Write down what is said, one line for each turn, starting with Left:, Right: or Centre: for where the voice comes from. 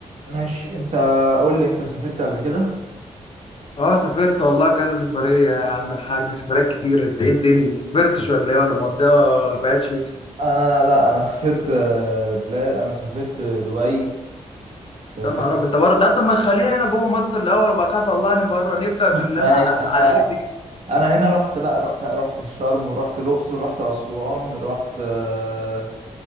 Right: ماشي انت قول لي انت سافرت قبل كده
Left: اه سافرت والله كذا سفرية يا عم الحاج سفريات كتير انت ايه الدنيا سافرتش ولا ايه ولا مقضيها بعد شتاء
Right: انا لا انا سافرت آه، بلاد انا سافرت دبي سافرت
Left: يا نهار
Right: <laughs>
Left: ابيض طب بره لا طب ما تخلينا هنا جوه مصر الاول وبعد كده طلعني بره نبدا باللي
Right: ماشي
Left: انا
Right: انا
Left: على قد كده
Right: انا هنا رحت لا رحت رحت الشرم ورحت الاقصر رحت اسوان رحت آه،